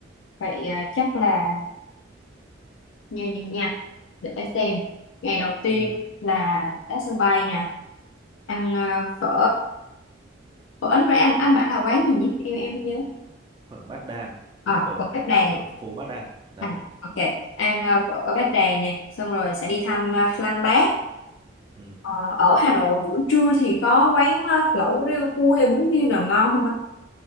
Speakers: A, on the left; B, on the right.
A: vậy ờ, chắc là như vậy nha để xem ngày đầu tiên
B: Ừ,
A: là tới sân bay nè ăn ờ, phở phở Ấn với anh anh
B: bát
A: bảo là quán gì nhỉ em em không nhớ
B: phở Bát Đàn,
A: à,
B: phở
A: phở Bát Đàn
B: ở phố Bát Đàn. Đấy.
A: à ok ăn ờ, phở Bát Đàn nè xong rồi sẽ đi thăm ờ, Lăng Bác
B: Ừ.
A: Ờ, ở Hà Nội buổi trưa thì có quán ờ, lẩu riêu cua hay bún riêu nào ngon không anh?